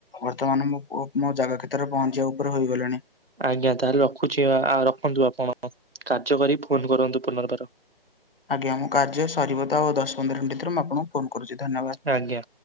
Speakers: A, on the left (about 65°); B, on the right (about 75°).
A: ବର୍ତ୍ତମାନ ମୁଁ ମୋ ଜାଗା କ୍ଷେତ୍ରରେ ପହଞ୍ଚିବା ଉପରେ ହୋଇଗଲିଣି।
B: ଆଜ୍ଞା ତାହେଲେ ରଖୁଛି ଆ-ରଖନ୍ତୁ ଆପଣ କାର୍ଯ୍ୟ କରି ଫୋନ କରନ୍ତୁ ପୁନର୍ବାର।
A: ଆଜ୍ଞା ମୁଁ କାର୍ଯ୍ୟ ସରିବ ତ ଆଉ ଦଶ ପନ୍ଦର ମିନଟି ଭିତରେ, ମୁଁ ଆପଣଙ୍କୁ ଫୋନ କରୁଛି ଧନ୍ୟବାଦ।
B: ଆଜ୍ଞା।